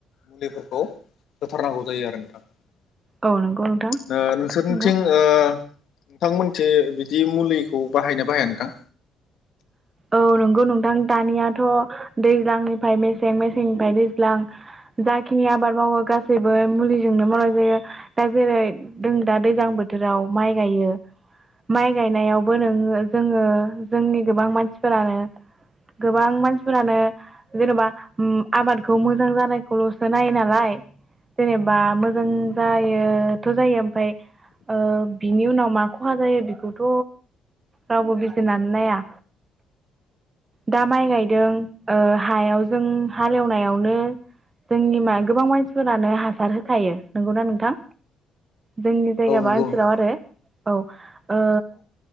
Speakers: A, on the left; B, on the right.
A: मुलिफोरखौ होथारनांगौ जायो आरो। <inaudible>
B: औ नंगौ नोंथां
A: ओ नोंसोरनिथिं
B: नंगौ
A: ओ नोंथांमोनथिं बिदि मुलिखौ बाहायोना बाहाया नोंथां?
B: औ नंगौ नोंथां दानियाथ दैज्लांनिफ्राय मेसें मेसेंनिफ्राय दैज्लां जाखिनि आबाद मावो गासैबो मुलिजोंनो मावनाय जायो। दा जेरै जों दा- दैज्लां बोथोराव माइ गायो। माइ गायनायावबो नोङो जोङो जोंनि गोबां मानसि- फोरानो गोबां मानसिफोरानो जेनेबा आबादखौ मोजां जानायखौलसो नायो नालाय जेनेबा मोजां जायोथ जायो ओमफ्राय ओ बिनि उनाव मा खहा जायो बेखौथ रावबो बिजिरनानै नाया। दा माइ गायदों ओ-हायाव जों हालेवनायावनो जोंनि मा गोबां मानसिफोरानो हासार होखायो नंगौना नोंथां? जोंनि जायगाबा
A: औ नंगौ
B: ओनसोलाव
A: नोंथां
B: आरो - औ ओ
A: औ